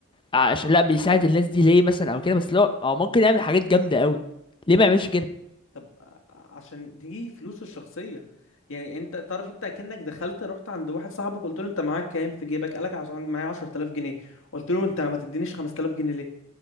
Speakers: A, on the left; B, on the left.
A: عشان لا بيساعد الناس دي ليه مثلا او كده بس لو هو ممكن يعمل حاجات جامده قوي ليه ما يعملش كده
B: طب ع- عشان دي فلوسه الشخصية يعني انت تعرف انت كأنك دخلت رحت عند واحد صاحبك قلت له انت معاك كام في جيبك قالك عشان معايا 10000 جنيه قلت له انت ما تدينيش 5000 جنيه ليه